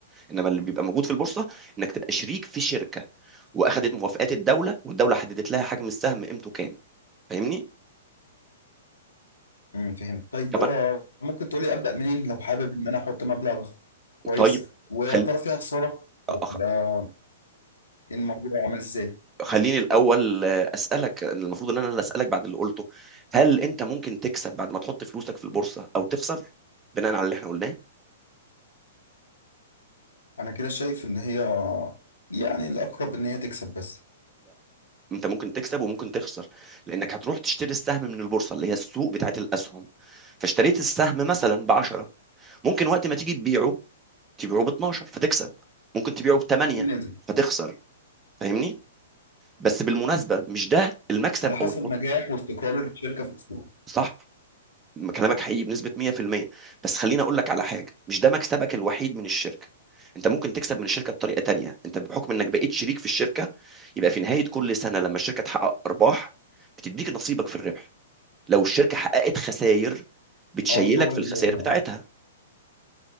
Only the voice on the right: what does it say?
انما اللي بيبقى موجود في البورصه انك تبقى شريك في شركه واخدت موافقات الدوله والدوله حددت لها حجم السهم قيمته كام فاهمني
طب
طيب
خلي
أخ-
خليني الاول آه، اسالك المفروض ان انا اللي اسالك بعد اللي قلته هل انت ممكن تكسب بعد ما تحط فلوسك في البورصه او تخسر بناء على اللي احنا قلناه
انت ممكن تكسب وممكن تخسر لانك هتروح تشتري السهم من البورصه اللي هي السوق بتاعت الاسهم فاشتريت السهم مثلا ب 10 ممكن وقت ما تيجي تبيعه تبيعه ب 12 فتكسب ممكن تبيعه ب 8
فتخسر فاهمني بس بالمناسبه مش ده المكسب
او الخسارة
صح كلامك حقيقي بنسبه 100% بس خليني اقول لك على حاجه مش ده مكسبك الوحيد من الشركه انت ممكن تكسب من الشركه بطريقه تانية انت بحكم انك بقيت شريك في الشركه يبقى في نهايه كل سنه لما الشركه تحقق ارباح بتديك نصيبك في الربح لو الشركة حققت خسائر بتشيلك
في
الخسائر بتاعتها